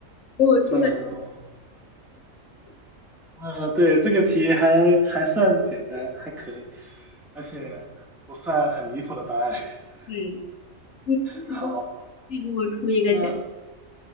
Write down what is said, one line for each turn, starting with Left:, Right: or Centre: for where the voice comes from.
Left: 给我出个，
Centre: 那 <laughs> 呃，对，这个题还还算简单，还可以，而且不算很离谱的答案。<laughs>
Left: 嗯，你你给我再给我出一个假
Centre: 好，那